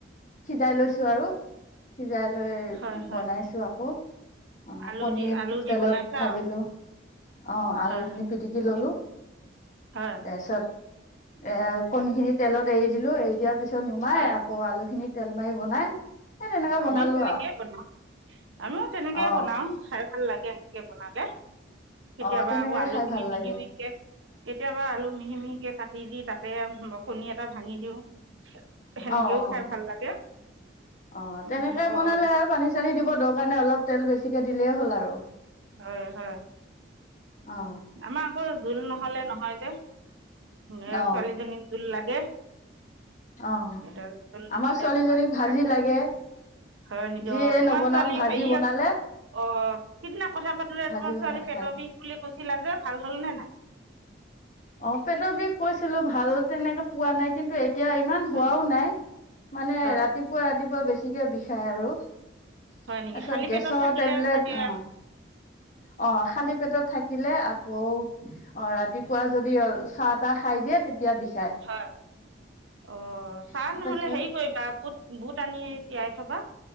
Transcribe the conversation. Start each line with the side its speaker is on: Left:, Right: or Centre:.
Left: সিজাই লৈছো আৰু সিজাই লৈ
Right: হয় হয়
Left: বনাইছো আকৌ। অ
Right: আলু
Left: কণী
Right: দি আলু
Left: তেলত
Right: দি বনাইছা
Left: ভাজিলো
Right: আৰু
Left: অ আলুখিনি
Right: হয়
Left: পিটিকি ললো।
Right: হয়
Left: তাৰপিছত এ কণী খিনি তেলত এৰি দিলো এৰি দিয়াৰ পিছত তাপিছত নুমাই
Right: হয়
Left: আকৌ আলু খিনি তেল মাৰি বনাই এ তেনেকে বনালো
Right: আমিও তেনেকেই
Left: আৰু
Right: বনাও আমিও তেনেকে
Left: অ
Right: বনাও খাই। ভাল লাগে সেনকে বনালে। কেতিয়াবা
Left: অ তেনেকে
Right: আকৌ আলু
Left: খাই
Right: খিনি
Left: ভাল
Right: মিহি
Left: লাগে
Right: মিহিকে কেতিয়াবা আলু মিহি মিহিকে কাটি দি তাতে কণী এটা ভাঙি দিওঁ সেনেকেও
Left: অ অ
Right: খাই ভাল লাগে।
Left: অ
Right: উম,
Left: তেনেকে
Right: অ'
Left: বনালে
Right: অ',
Left: আৰু পানী চানী দিব দৰকাৰ নাই অলপ তেল বেছিকে দিলেই হ'ল আৰু।
Right: হয় হয়
Left: অ
Right: আমাৰ আকৌ জোল নহলে নহয় যে।
Left: অ
Right: ছোৱালীজনীক জোল লাগে।
Left: অ
Right: এতিয়া জোল নহ'লে
Left: আমাৰ ছোৱালীজনীক
Right: নহয় শুকান
Left: ভাজি লাগে।
Right: হয় নেকি
Left: যিয়ে
Right: অ তোমাৰ
Left: নবনাওক
Right: ছোৱালী
Left: ভাজি
Right: হেৰি
Left: বনালে
Right: আছে অ সিদিনা কথা পাতোতে
Left: ভাজি
Right: তোমাৰ
Left: বনাই
Right: ছোৱালী পেটৰ
Left: খাই
Right: বিষ বুলি কৈছিলা যে ভাল হ'ল নে নাই।
Left: অ পেটৰ বিষ কৈছিলো ভাল তেনেকে পোৱা নাই কিন্তু এই এতিয়া ইমান
Right: হয়
Left: হোৱাও
Right: নেকি
Left: নাই মানে
Right: হয়
Left: ৰাতিপুৱা ৰাতিপুৱা বেছিকে বিষায় আৰু। তাৰপিছত
Right: হয় নেকি খালী
Left: গেছৰ
Right: পেটত থাকিলে
Left: টেবলেট
Right: চাগে
Left: অ। অ খালী পেটত থাকিলে আকৌ অ ৰাতিপুৱা যদি অ চাহ তাহ খাই দিয়ে তেতিয়া বিষ
Right: হয় অ চা
Left: তাৰপিছত
Right: নহলে হেৰি কৰিবা বুত বুট আনি তিয়াই থবা